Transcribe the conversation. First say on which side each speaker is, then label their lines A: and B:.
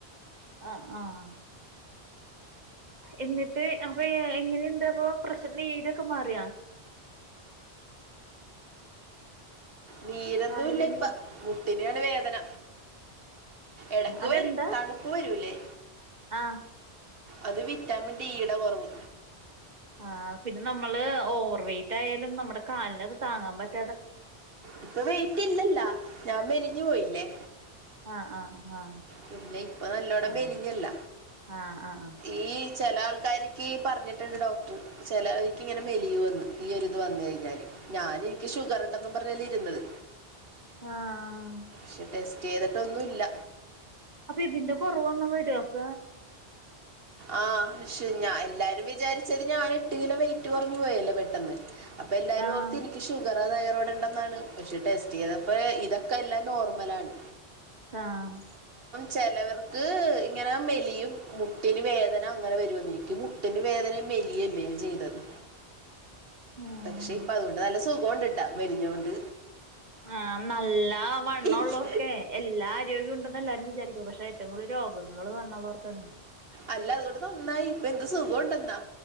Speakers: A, on the right (about 40°); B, on the right (about 60°).
A: ആഹ എന്നിട്ട് അപ്പൊ എങ്ങനെണ്ട് പ്രശ്നം ഏതൊക്കെ മാറിയാ
B: നീരൊന്നുല്ല
A: കാലിലെ
B: ഇപ്പ
A: നീര്
B: മുട്ടിനാണ് വേദന എടക്ക്
A: അതെന്താ
B: വരും തണുപ്പ് വരൂലേ
A: ആഹ്
B: അത് വിറ്റാമിൻ ഡിയുടെ കുറവ്.
A: ആ പിന്നെ നമ്മള് ഓവർ വെയറ്റ് ആയാലും നമ്മുടെ കാലിന് അത് താങ്ങാൻ പറ്റ
B: ഇപ്പൊ വെയ്റ്റ് ഇല്ലല്ലാ ഞാൻ മെലിഞ്ഞു പോയില്ലേ
A: ആഹ ആഹ ആഹ്
B: പിന്നെ ഇപ്പൊ നല്ലോണം
A: ആഹ്
B: മെലിഞ്ഞല്ല
A: ആഹ് ആഹ്
B: ഈ ചില ആൾക്ക ക്കാരിക്ക് പറഞ്ഞിട്ട്ണ്ട് ഡോക്ടർ ചെലവര്ക്ക്ിങ്ങനെ മെലിയുവെന്ന് ഈയൊരിത് വന്ന് കയിഞ്ഞാല് ഞാൻ ഈക്ക് ഷുഗർണ്ടെന്നും പറഞ്ഞല് ഇരുന്നത്
A: ആഹ് അഹ് അഹ്
B: ക്ഷെ ടെസ്റ്റെയ്തിട്ടൊന്നുവില്ല
A: അപ്പൊ ഇതിന്റെ കൊറവൊന്നു വര്ഒപ്പ
B: ആഹ് ഷുഞ എല്ലാരും വിചാര് ചരി ഞാൻ എട്ട് കിലോ വെയിറ്റ് കൊറഞ് പോയല്ലോ പെട്ടന്ന് അപ്പൊ എല്ലാരും
A: ആഹ്
B: ഓർത്ത് എനിക്ക് ഷുഗർറ തയറോട പെട്ടെന്നാണ് പക്ഷെ ടേസ്റ്റ് ചെയ്തപ്പ ഇതൊക്കെ എല്ലാം നോർമലാണ്
A: ആഹ്
B: ചെലവർക്ക് ഇങ്ങനെ മെലിയും മുട്ടിന് വേദന അങ്ങനെ വരുമെന്ന് എനിക്ക് മുട്ടിന് വേദന മേലിയ അല്ലേ ചെയ്തത്
A: ആഹ്
B: പക്ഷെ ഇപ്പ അതുകൊണ്ട് നല്ല സുഖോണ്ടിട്ടാ മെലിഞ്ഞൊണ്ട്
A: ആഹ് നല്ല ആഹ് വണ്ണോള്ളോർക്കെ
B: ഇക്ക്
A: എല്ലാ ആരോഗ്യം ഉണ്ടെന്ന് എല്ലാവരും വിചാരിക്കും പക്ഷെ ഏറ്റവും കൂടുതൽ രോഗ പെണ്ണ് ങ്ങൾ വണ്ണോള്ളോർക്ക്ന്നെ
B: അല്ല അതുകൊണ്ട് നന്നായി ഇപ്പ എന്ത് സുഖംണ്ടെന്നാ